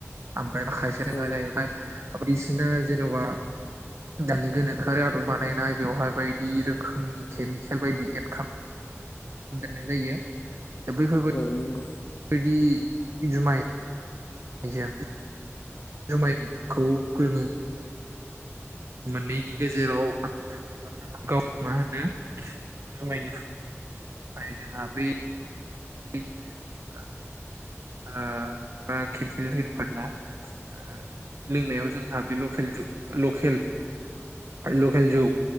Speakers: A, on the right; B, on the left.
A: आमफ्राय माखासे रोङा
B: औ
A: जाहैबाय बायदिसिना जेन'बा दानि गोनोखोआरि आदर बानायनाय बेवहाय बायदि रोखोमनि केमिकेल बायदि एद खाम देननाय जायो दा बैफोर बाय
B: औ नंगौ।
A: बिदि जुमाइ <unintelligible> जुमाइखौ गोङो। मोननैनि गेजेराव बुंंनो थाङोब्ला जोंहा गाव मा होनो जुमायनिफ
B: <inaudible>
A: ओमफ्राय जोंहा बै बि ओ ओ बा खिरखिलि हेरि फानला। ओ लोंनायाव जोंहा बे लकेल ज लकेल लकेल जौ